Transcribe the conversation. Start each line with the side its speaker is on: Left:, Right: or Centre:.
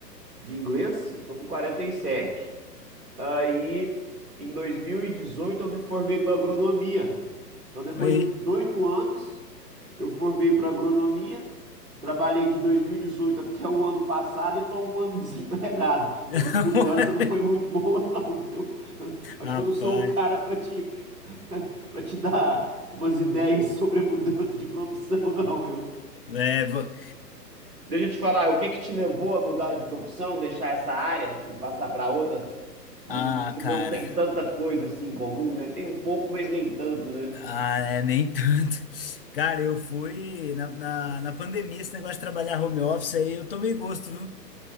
Right: de inglês, eu tô com 47. Aí, em 2018, eu me formei para agronomia. Então, depois
Left: Oi.
Right: de 18 anos, eu formei para agronomia, trabalhei de 2018 até o ano passado e estou um ano <laughs> desempregado.
Left: <laughs>
Right: A minha mudança não foi muito boa, <laughs> não, viu? Eu Acho
Left: Rapaz.
Right: que eu não sou o cara para te, <laughs> para te dar umas ideias sobre a mudança de profissão, <laughs> não, viu?
Left: É, vo-
Right: Deixa eu te falar, o que que te levou a mudar de profissão, deixar essa área e passar para outra, não-
Left: Ah,
Right: que
Left: cara.
Right: não tem tanta coisa assim em comum, né? Tem um pouco, mas nem tanto, né?
Left: Ah, é, nem tanto. Cara, eu fui na, na, na pandemia, esse negócio de trabalhar home office aí, eu tomei gosto, viu?